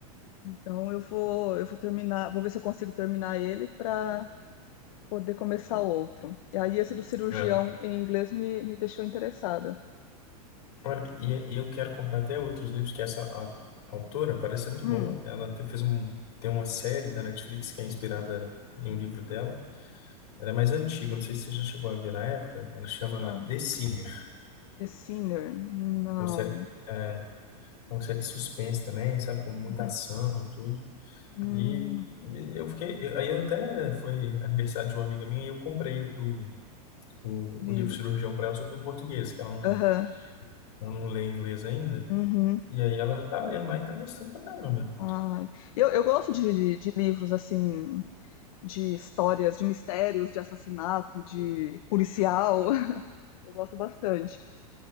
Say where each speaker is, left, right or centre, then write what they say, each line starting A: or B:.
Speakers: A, on the left; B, on the left.
A: Então eu vou eu vou terminar, vou ver se eu consigo terminar ele para poder começar outro. E aí esse do cirurgião
B: É.
A: em inglês me, me deixou interessada.
B: Olha, e, e eu quero comprar até outros livros, que essa a- autora parece ser muito
A: Hum,
B: boa. Ela te, fez um, tem uma série da Netflix que é inspirada em um livro dela. Ela é mais antiga, não sei se você já chegou a ver na época. Ela chama
A: ah,
B: The Sinner.
A: The Sinner, não.
B: É uma série, é, é uma série de suspense também, sabe? Com muita
A: <laughs>
B: ação, tudo.
A: Hum,
B: E eu fiquei. eu- Aí eu até foi aniversário de uma amiga minha e eu comprei o, o,
A: livro.
B: o livro Cirurgião pra ela, só que em português, que ela não,
A: Aham,
B: ela não lê inglês ainda.
A: uhum.
B: E aí ela tá lendo lá e tá gostando pra caramba.
A: Ai, eu, eu gosto de, de, de livros assim, de histórias, de mistérios, de assassinato, de policial. <laughs> Eu gosto bastante.